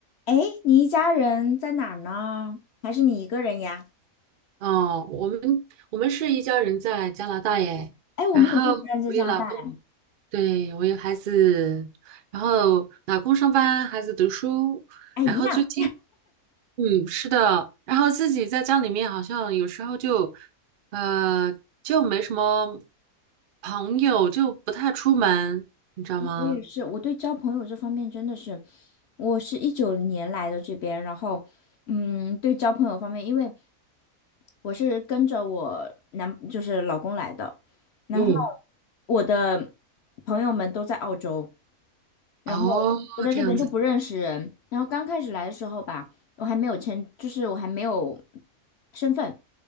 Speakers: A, on the left; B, on the right.
A: 哎，你一家人在哪儿呢？还是你一个人呀？
B: 哦，我们我们是一家人在加拿大耶，
A: 哎，我们也是一个人在家带。
B: 然后我有老公，
A: 大哎。
B: 对，我有孩子，然后老公上班，孩子读书，
A: 哎，
B: 然后最近，
A: 一样，
B: 嗯，是的，然后自己在家里面好像有时候就，呃，就没什么朋友，就不太出门，你知道吗？
A: 我也是。我对交朋友这方面真的是，我是一九年来的这边，然后，嗯，对交朋友方面，因为我是跟着我男，就是老公来的，然后
B: 嗯，
A: 我的朋友们都在澳洲。然后
B: 哦，
A: 我在这边就不认识人。
B: 这样子，
A: 然后刚开始来的时候吧，我还没有签，就是我还没有身份，